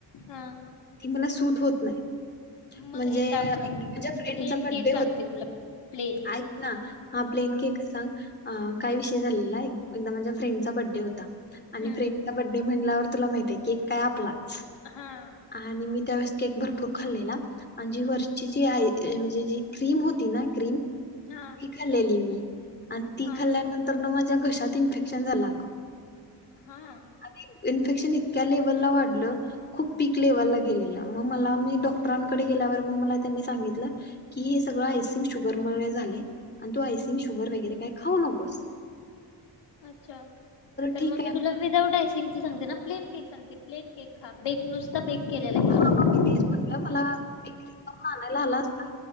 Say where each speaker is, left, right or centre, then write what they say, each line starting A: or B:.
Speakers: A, on the left; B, on the left.
A: हा.
B: ती मला सूट होत नाही.
A: मग
B: म्हणजे
A: एक काम कर
B: म्हणजे फ्रेंडचा
A: प्लेन
B: बड्डे
A: केक सांगते
B: होता,
A: तुला प्लेन
B: ऐक ना हा प्लेन केक सांग. अ काय विषय झालेला एक, एकदा माझ्या फ्रेंडचा बड्डे होता. आणि
A: हम्म
B: फ्रेंड्चा बड्डे म्हण <inaudible> माहिती आहे कि आपलाच.
A: हा
B: आणि मी त्यावेळेस. केक भरपूर खाल्लेला, आणि जी वरची जी आ म्हणजे जी क्रीम होती ना क्रीम.
A: हा
B: कलेली मी. आणि ती
A: हा
B: खाल्ल्यानंतर न म घशात इन्फेक्शन झालं अगं
A: हा
B: आणि इन्फेक्शन इतक्या लेव्हलला वाढलं खूप पीक लेव्हलला गेलेलं मग मला मी डॉक्टरांकडे गेल्यावर मग मला त्यांनी सांगितलं की हे सगळं आयसिंग शुगर म झाले आणि तू आयसिंग शुगर वगैरे काय खाऊ नकोस.
A: अच्छा तर
B: ठीक
A: मग मी
B: आहे
A: तुला विदाउट सांगते ना प्लेन केक सांगते प्लेन केक हा बेक नुसता बेक केलेला ग
B: हां मग मी तेच म्हटलं मला बेकरीत जाऊन आणयाला आला असता